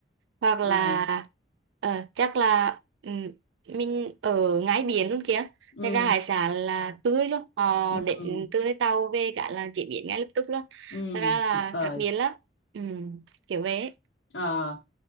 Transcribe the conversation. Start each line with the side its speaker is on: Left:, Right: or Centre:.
Right: hoặc là
Left: ừ
Right: ờ, chắc là ừm, mình ở ngay biển luôn kìa
Left: ừ
Right: thế ra hải sản là tươi luôn họ
Left: ừ
Right: đến từ lấy tàu về cả là chế biến ngay lập tức luôn
Left: ừ
Right: thế ra là
Left: tuyệt vời
Right: khác biệt lắm Ừm, kiểu vậy ấy.
Left: ờ